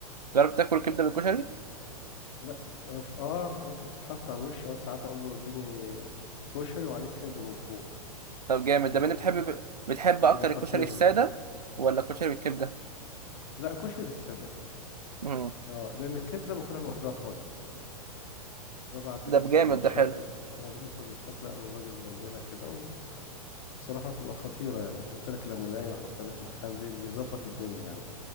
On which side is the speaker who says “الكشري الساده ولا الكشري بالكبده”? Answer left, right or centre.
Right